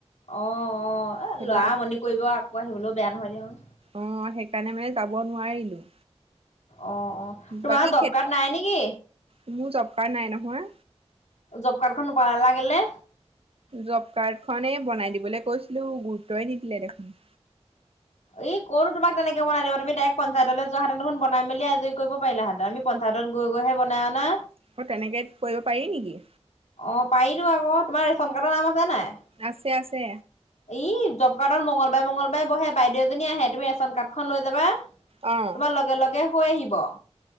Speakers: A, on the left; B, on the right.
A: অহ ',- অহ ',
B: সেইটো
A: লৰামনি কৰিব আকৌ আহিবলৈও বেয়া নহয় দিয়া বাৰু।
B: অহ ', সেইকাৰণে মানে যাব নোৱাৰিলো।
A: অহ ',- অহ ', তোমাৰ
B: বাকী
A: জবকাৰ্ড
B: খে
A: নাই নেকি?
B: মোৰ জব কাৰ্ড নাই নহয়।
A: জবকাৰ্ডখন নবনালা কেলে?
B: জবকাৰ্ড খনেই বনাই দিবলৈ কৈছিলো গুৰুত্বয়ে নিদিলে দেখোন।
A: এই কতো তোমাক তেনেকে বনাই দিব তুমি ডাইৰৰেক্ট পঞ্চায়তলৈ যোৱাাহাধতেন দেখখন বনাই মেলি আজৰি কৰিব পাৰিলাহেতেন আমি পঞ্চায়ত গৈ গৈহেনাই অনা।
B: অহ ', তেনেকে কৰিব পাৰি নেকি?
A: অহ ', পাৰিতো আকৌ তোমাৰ ৰেচন কাৰ্ডৰ নাম আছে? আছে নে
B: আছে আছে
A: ই যবকাৰ্ড মংগল বাই মঙগলবাৰে বে বাইদেউজনী আহে তুমি ৰেচন কাৰ্ডখন লৈ যাবা।
B: অ'।
A: তোমাৰ লগে- লগে। হৈ আহিব